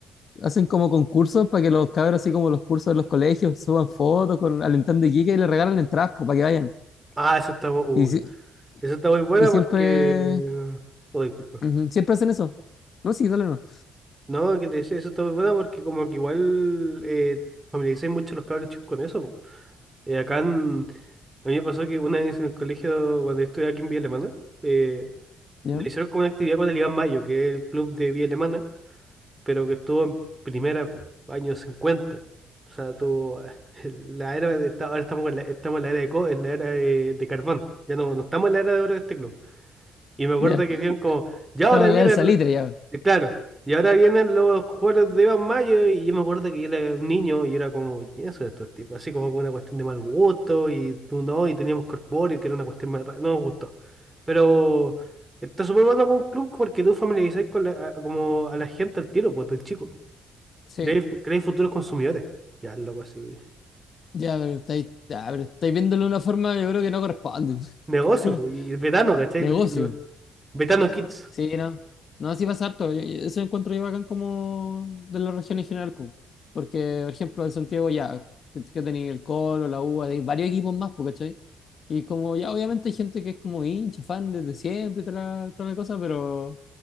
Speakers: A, on the left; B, on the right.
A: hacen como concursos para que los cabros, así como los cursos de los colegios, suban fotos con alentando Iquique y le regalan entradas, pues, para que vayan.
B: Ah, eso está muy. uy,
A: Y, si-
B: eso está muy buena
A: y siempre,
B: porque. Oh, disculpa.
A: Ujú, Siempre hacen eso. No, sí, dale, no.
B: No, que te decía, eso está muy buena porque, como que igual eh, familiaricé mucho los cabros chicos con eso, po. Eh, acá en- A mí me pasó que una vez en el colegio, cuando estuve aquí en Villa Alemana, eh,
A: Ya,
B: Lo hicieron como una actividad con el Iván Mayo, que es el club de vía alemana, pero que estuvo en primera años cincuenta O sea, tuvo ah, <laughs> la era de esta- ahora estamos en la, estamos en la era de co, es la era de, de carbón. Ya no, no estamos en la era de oro de este club. Y me acuerdo
A: ya.
B: que decían como, ya
A: Estamos
B: ahora
A: en
B: viene
A: la del salitre,
B: el...
A: ya.
B: y Claro, y ahora vienen los juegos de Iván Mayo y yo me acuerdo que yo era un niño y era como, ¿quiénes son estos tipos? Así como que una cuestión de mal gusto y tú no, y teníamos corpóreo, que era una cuestión más rara, no nos gustó. Pero está súper bueno con un club porque tú familiarizas con la, a- como a la gente al tiro, pues, de chico.
A: Sí,
B: Creáis creáis futuros consumidores. Ya, loco, así.
A: ya, pero estáis, ya, pero estáis viéndolo de una forma, yo creo que no corresponde.
B: Negocio,
A: <laughs>
B: pues, y el vetano, ¿cachai?
A: Negocio.
B: Lo- lo- vetano Kids.
A: Sí, no. No, así pasa harto. Y- Eso encuentro yo bacán como de la región en general, po. Porque, por ejemplo, en Santiago, ya, que, que tenéis el Colo, la UBA, tenéis varios equipos más, po, ¿cachai? Y como, ya, obviamente hay gente que es como hincha, fan desde siempre, y toda la, toda la cosa, pero